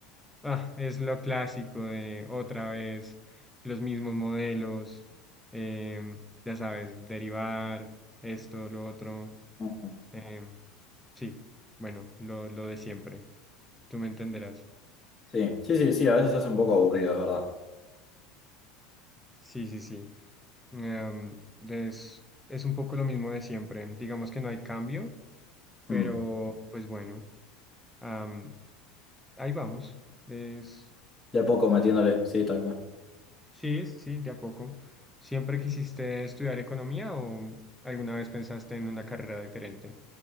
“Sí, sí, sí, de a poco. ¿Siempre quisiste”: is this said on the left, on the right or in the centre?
Centre